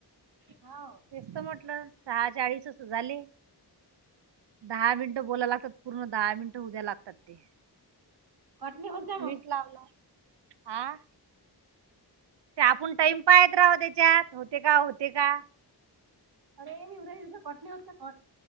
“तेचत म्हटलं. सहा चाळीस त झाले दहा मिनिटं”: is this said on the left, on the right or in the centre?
Right